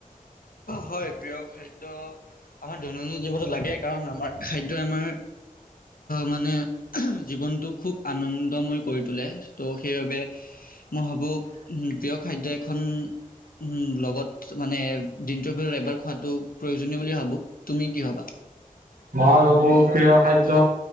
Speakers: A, on the left (about 80°); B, on the right (about 75°).
A: হয় প্ৰিয় খাদ্য আমাৰ দৈনন্দিন জীৱনত লাগে। কাৰণ আমাৰ খাদ্য আমাৰ মানে জীৱনটো খুব আনন্দময় কৰি তোলে ত' সেইবাবে মই ভাবোঁ প্ৰিয় খাদ্য এখন উম লগত মানে, দিনটোৰ ভিতৰত এবাৰ খোৱাতটো প্ৰয়োজনীয় বুলি ভাবোঁ। তুমি কি ভাবা?
B: মই ভাবোঁ প্ৰিয় খাদ্য